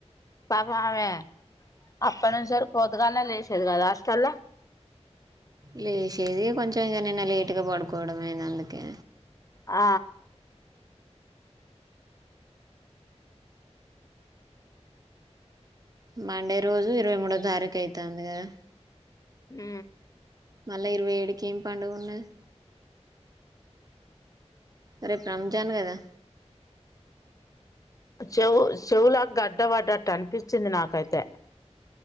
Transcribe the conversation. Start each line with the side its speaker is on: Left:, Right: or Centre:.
Left: పాపం ఆమే అప్పట్నుంచి సరి పోదుగాల్నే లేసేది కదా హాస్టల్లా
Right: లేసేది కొంచెం ఇంక నిన్న లేటుగా పడుకోవడమైనందుకే
Left: ఆ
Right: మండే రోజు ఇరవై మూడో తారీఖు అయితాంది కదా!
Left: మ్
Right: మళ్ళా ఇరవై ఏడుకిం పండుగున్నది. రేపు రంజాన్ కదా?
Left: చెవు చెవులా గడ్డ పడ్డట్టు అనిపిచ్చింది నాకైతే